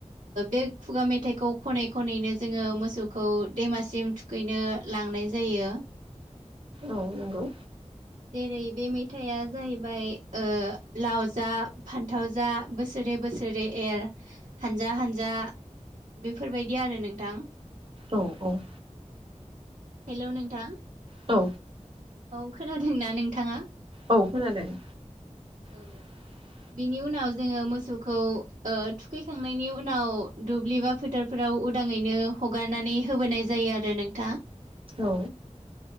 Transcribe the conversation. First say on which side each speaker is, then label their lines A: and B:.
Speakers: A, on the right; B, on the right.
A: बे खुगा मेथाइखौ खनै खनैनो जोङो मोसौखौ दैमासिम थुखैनो ला लांनाय जायो।
B: औ नंगौ
A: जेरै बे मेथायाइया जाहैबाय लाव जा फान्थाव जा बोसोरै बोसोरै एर हानजा हानजा बेफोरबायदि आरो नोंथां
B: औ औ
A: हेलौ नोंथां
B: औ
A: औ खोनादोंना नोंथाङा?
B: औ खोनादों।
A: औ
B: <unintelligible>
A: बिनि उनाव जोङो मोसौखौ थुखैखांनायनि उनाव दुब्लि बा फोथारफोराव उदाङैनो हगारनानै होबोनाय जायो आरो नोंथाङा
B: औ